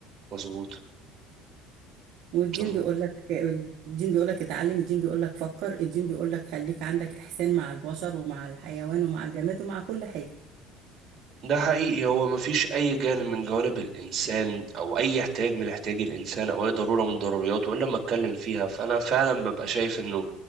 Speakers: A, on the right (about 45°); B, on the right (about 65°).
A: مظبوط
B: والدين
A: مظبوط.
B: بيقول لك الدين بيقول لك اتعلم الدين بيقول لك فكر الدين بيقول لك خليك عندك إحسان مع البشر ومع الحيوان ومع الجماد ومع كل حاجة
A: ده حقيقي هو مفيش أي جانب من جوانب الإنسان أو أي احتياج من احتياج الإنسان أو أي ضرورة من ضرورياته إلا لما أتكلم فيها فأنا فعلا ببقى شايف إنه